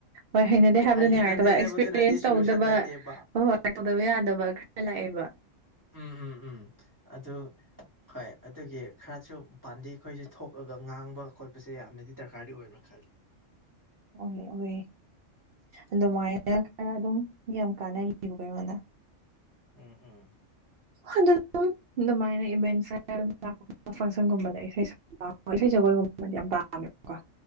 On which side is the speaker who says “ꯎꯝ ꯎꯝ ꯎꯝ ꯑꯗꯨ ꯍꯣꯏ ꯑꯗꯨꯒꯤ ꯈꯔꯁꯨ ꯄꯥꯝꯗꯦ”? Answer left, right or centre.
Right